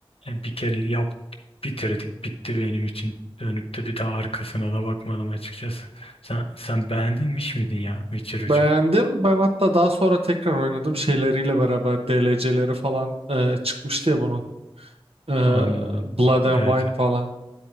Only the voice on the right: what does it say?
Beğendim.
Ben hatta daha sonra tekrar oynadım şeyleriyle beraber DLC'leri falan e, çıkmıştı ya bunun. E,
Blood and
Wine falan.